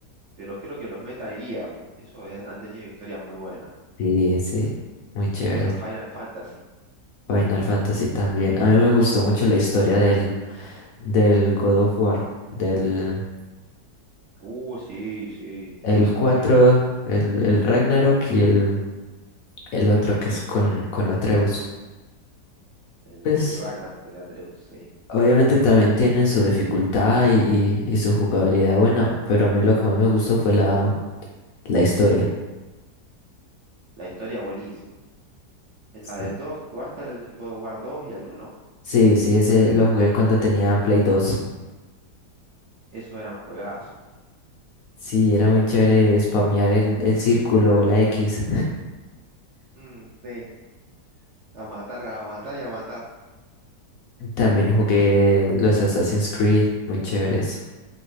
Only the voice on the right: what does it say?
pero creo que los Metal Gear, eso es- han tenido historias muy buenas.
O los Final Fantasy.
Uh, sí, sí,
también.
El,
el Ragnarok y el Atreus, sí.
La historia buenísima. En
La del 2 ¿jugaste al God of War 2 y al uno
Esos eran juegazos.
Mm, sí, a matar, a matar y a matar.